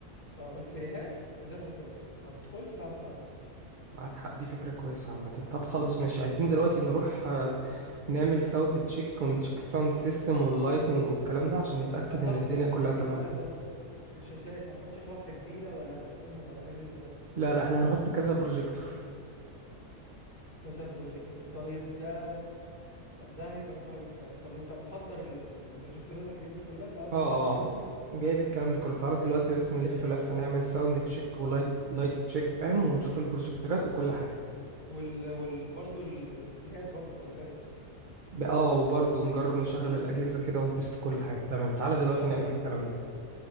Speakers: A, on the left; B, on the right.
A: اه الفريهات زي ما قلت لك كده ما تدخلش بعد الساعه 4
B: معاك حق دي فكرة كويسة عامة طب خلاص ماشي عايزين دلوقتي نروح آه، نعمل ساوند تشيك ونتشيك ساوند سيستم واللايتنج والكلام ده عشان نتأكد
A: اه صح
B: ان الدنيا
A: صح
B: كلها
A: يعني في
B: تمام
A: سؤال برضو الشاشات هنحط شاشه واحده كبيره ولا هنقسمهم ولا هنعمل ايه بالظبط
B: لا لا احنا هنحط كذا بروجيكتور
A: كذا بروجيكتور طيب ده ده هيبقى كويس فعلا طب انت محضر ال- ال- البروجيكتور ده الحاجات دي كلها تعال نروح
B: اه
A: نشوفها كده
B: اه جايب الكلام ده كله تعالى دلوقتي بس نلف لفة نعمل ساوند تشيك ولايت لايت تشيك فاهم ونشوف البروجيكتورات وكل حاجة
A: وال... وال... برضو البيسيهات برضو خلي بالك
B: ب- اه وبرضه نجرب نشغل الأجهزة كده ونتست كل حاجة تمام تعالى دلوقتي
A: طب يلا
B: نعمل
A: يلا
B: الكلام
A: بينا
B: ده
A: يلا بينا